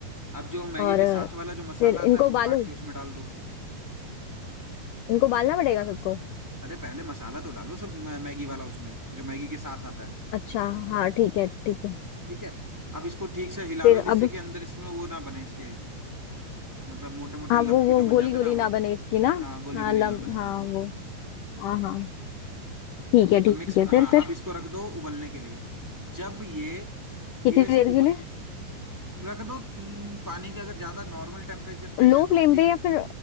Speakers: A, in the centre; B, on the left (about 80°).
A: अब जो मैगी
B: और
A: के साथ वाला जो मसाला
B: फिर
A: आता
B: इनको
A: है वो
B: उबालूं
A: काट के उसमें डाल दो
B: इनको उबालना पड़ेगा सबको
A: अरे पहले मसाला तो डालो सब मै- मैगी वाला उसमें जो मैगी के साथ आता है
B: अच्छा हाँ ठीक है ठीक है
A: ठीक है अब इसको ठीक से हिला
B: फिर
A: लो
B: अब
A: जिससे कि अंदर इसमें वो ना बने इसके मतलब मोटे मोटे
B: हाँ
A: लम्पी
B: वो वो
A: जो बन
B: गोली
A: जाते
B: गोली
A: हैं ना
B: ना
A: वो
B: बने इसकी ना
A: हाँ गोली
B: हाँ
A: गोली
B: लम
A: ना बने
B: हाँ
A: हाँ
B: वो हाँ हाँ ठीक है
A: अब
B: ठीक
A: मिक्स
B: है
A: हाँ
B: फिर फिर
A: अब इसको रख दो उबलने के लिए जब ये धीरे
B: कितनी
A: से
B: देर
A: उब
B: के लिए
A: रख दो हम्म, पानी के अगर ज्यादा नॉर्मल टेम्परेचर पे
B: लो
A: है
B: फ्लेम
A: तो तीन
B: पे या फिर